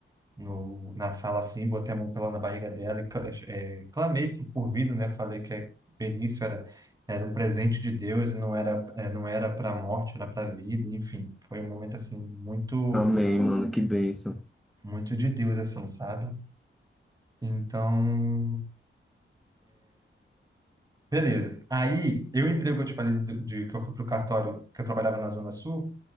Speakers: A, on the right; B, in the centre.
A: no, na sala assim, botei a mão pela na barriga dela e cla- eh, clamei por, por vida, né? Falei que a Benício era, era um presente de Deus e não era, eh, não era para a morte, era para a vida, enfim. Foi um momento assim muito
B: Amém, mano. Que bênção.
A: muito de Deus assim, sabe? Então, beleza. Aí, eu emprego, que eu te falei do- de, que eu fui pro cartório, que eu trabalhava na Zona Sul,